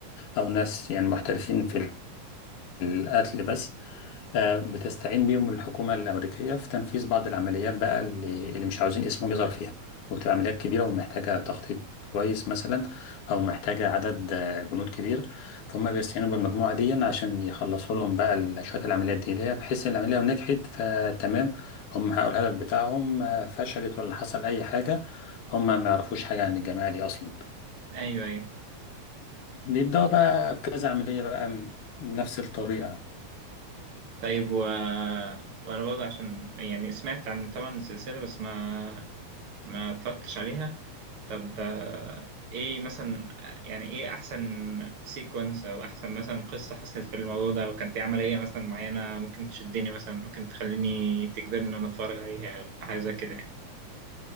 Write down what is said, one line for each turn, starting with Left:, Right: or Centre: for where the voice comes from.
Left: أو ناس يعني محترفين في القتل بس آه، بتستعين بيهم الحكومة الأمريكية في تنفيذ بعض العمليات بقى اللي, اللي مش عاوزين اسمهم يظهر فيها وبتبقى عمليات كبيرة ومحتاجة تخطيط كويس مثلا أو محتاجة عدد آه، جنود كبير فهم بيستعينوا بالمجموعة دي عشان يخلصوا لهم بقى ال- شوية العمليات دي اللي هي بحيث إن العملية لو نجحت فتمام هم حققوا الهدف بتاعهم آه، فشلت ولا حصل أي حاجة هم ما يعرفوش حاجة عن الجماعة دي أصلا
Right: ايوه ايوه
Left: فبيبدأوا بقى في كذا عملية بقى م- نفس الطريقة
Right: طيب و... وانا برضه عشان يعني سمعت عن طبعا السلسلة بس ما ما اتفرجتش عليها طب آه، ايه مثلا يعني ايه احسن سيكونس او احسن مثلا قصة حصلت في الموضوع ده لو كان في عملية مثلا معينة ممكن تشدني مثلا ممكن تخليني تجبرني ان انا اتفرج عليها حاجة زي كده يعني